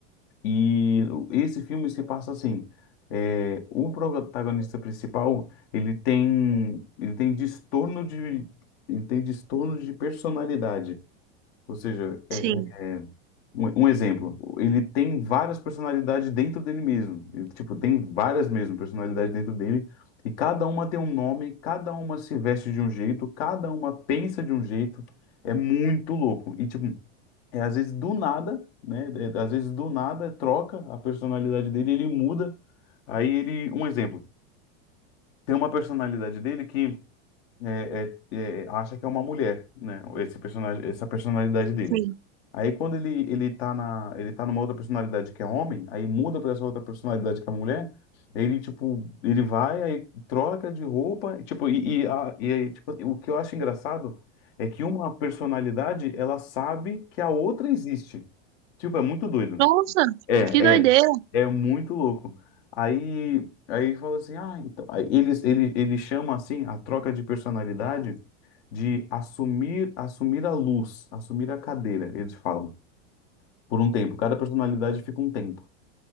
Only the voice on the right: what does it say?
sim,
sim.
Nossa,
que doideira.